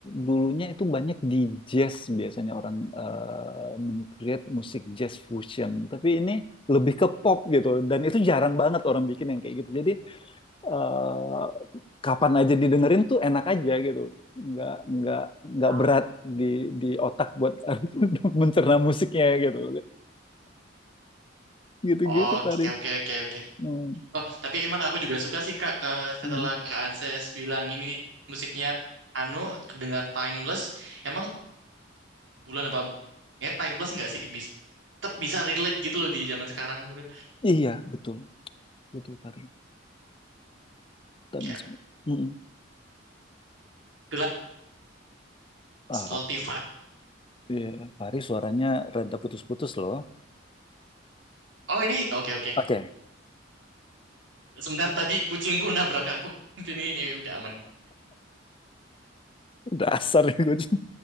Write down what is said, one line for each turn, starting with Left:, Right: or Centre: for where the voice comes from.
Left: dulunya itu banyak di jazz biasanya orang eh, meng-create musik jazz fusion. Tapi ini lebih ke pop gitu dan itu jarang banget orang bikin yang kayak gitu. Jadi eh, kapan aja didengerin tuh enak aja gitu. Nggak nggak nggak
Right: Ah.
Left: berat di di otak buat <laughs> mencerna musiknya gitu. Gitu-gitu
Right: Oke,
Left: Pari.
Right: oke, oke, oke.
Left: Hmm.
Right: Oh, tapi emang aku juga suka sih, Kak, ke- setelah
Left: Mhm.
Right: Kak Anses bilang ini musiknya anu, kedengar timeless. Emang bulan 80 ya timeless nggak sih? tetap bisa relate gitu loh di zaman sekarang bro.
Left: Iya, betul. Betul, Pari. Tamis.
Right: Kayak
Left: Mm.
Right: itulah
Left: Ah,
Right: Spotify.
Left: iya. Fahri suaranya rada putus-putus loh.
Right: Oh ini oke oke.
Left: Oke,
Right: Sebentar tadi kucingku nabrak aku. <laughs> Ini ini udah aman.
Left: Dasar nih kucing.